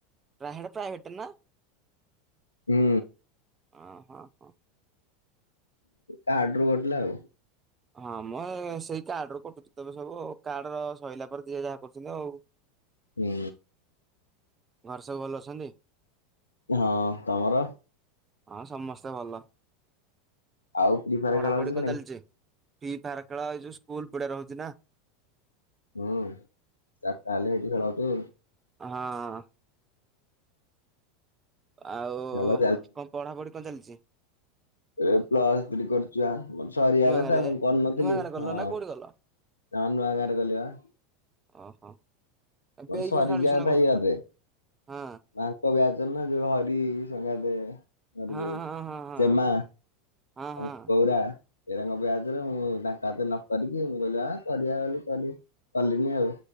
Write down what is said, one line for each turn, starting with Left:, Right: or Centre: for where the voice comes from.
Right: ପ୍ରାହେ ପ୍ରାଇଭେଟ ନା
Left: ହୁଁ
Right: ହ ହଁ ହଁ
Left: କାର୍ଡ ରୁ କଟିଲା ଆଉ
Right: ହଁ ମୋ ସେଇ କାର୍ଡ ରୁ କଟୁଛି ତବେ ସବୁ କାର୍ଡ ର ସଇଲା ପରେ ଯିଏ ଯାହା କରୁଛନ୍ତି ଆଉ
Left: ହୁଁ
Right: ଘରେ ସବୁ ଭଲ ଅଛନ୍ତି।
Left: ହଁ ତମର
Right: ହଁ ସମସ୍ତେ ଭଲ
Left: ଆଉ ଫ୍ରି ଫାୟାର
Right: ପଢାପଢି
Left: ଖେଳ ହଉଛି କି
Right: କଣ
Left: ନାଇଁ
Right: ଚାଲିଚି? ଫ୍ରୀ ଫାୟାର ଖେଳ ଏଇଯୋଉ ସ୍କୁଲ ପଡିଆ ହେଉଚି ନାଁ
Left: ହୁଁ ଚାର ତାହେଲେ ଏଇଠି ଖେଳ ହେଉଥିବ
Right: ହଁ ଆଉ
Left: ଖେଳ
Right: କଣ ପଢାପଢି କଣ ଚାଲିଛି?
Left: ଏ ପ୍ଲସ ଥ୍ରୀ କରୁଛୁ ଆଉ। ସରିବା
Right: ନୂଆ
Left: କଥା
Right: ଗାଁରେ?
Left: ମୁଁ କରିନଥିଲି
Right: ନୂଆ ଗାଁରେ କଲ
Left: ହଁ ନହେଲେ
Right: ନା କୋଉଠି କଲ?
Left: ନୂଆଗାଁ ଗଲି ବା
Right: ଓହୋ ଏବେ
Left: ମୋର
Right: ଏଇ
Left: ସରି
Right: ବର୍ଷ ଆଡମିସନ
Left: ଯିବା କଥା
Right: କଲ
Left: ଏଇ ଇୟରେ
Right: ହଁ
Left: ତାଙ୍କ ବ୍ୟାଚ ରେ ନା ଯୋ ହରି ସଙ୍ଗାତେ <unintelligible>
Right: ହଁ ହଁ ହଁ ହଁ।
Left: ଚେମା
Right: ହଁ
Left: ଆଉ
Right: ହଁ
Left: ଗୌରା ଏରାଙ୍କ ବ୍ୟାଜରେ ମୁଁ ତାଙ୍କ ହତେ ନ କରିକି ମୁଁ କହିଲି କରିବା ବୋଲି କରି କଲିନି ଆଉ